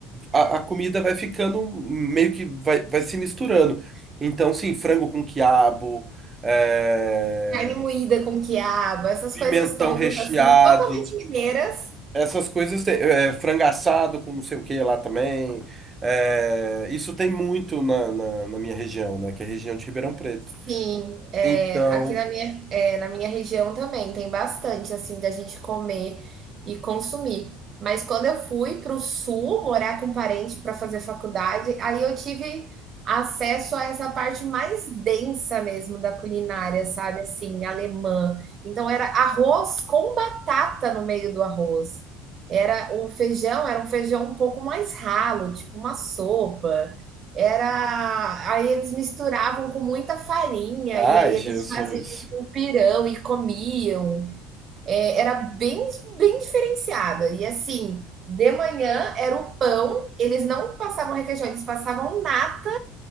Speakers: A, on the right (about 25°); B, on the right (about 45°).
A: a, a comida vai ficando meio que vai, vai se misturando. Então, sim, frango com quiabo, é,
B: carne moída com quiabo, essas
A: pimentão
B: coisas todas
A: recheado.
B: assim, totalmente mineiras.
A: Essas coisas tem, é, frango assado com não sei o que lá também. É, isso tem muito na, na, na minha região, né? Que é a região de Ribeirão Preto.
B: Sim, é,
A: Então,
B: aqui na minha, é, na minha região também tem bastante assim da gente comer e consumir. Mas quando eu fui para o sul morar com parente para fazer faculdade, aí eu tive acesso a essa parte mais densa mesmo da culinária, sabe? Assim, alemã. Então era arroz com batata no meio do arroz. Era o feijão, era um feijão um pouco mais ralo, tipo uma sopa. Era, aí eles misturavam com muita farinha
A: ai,
B: e aí
A: Jesus.
B: eles faziam tipo um pirão e comiam. É, era bem, bem diferenciada. E assim, de manhã era o pão, eles não passavam requeijão, eles passavam nata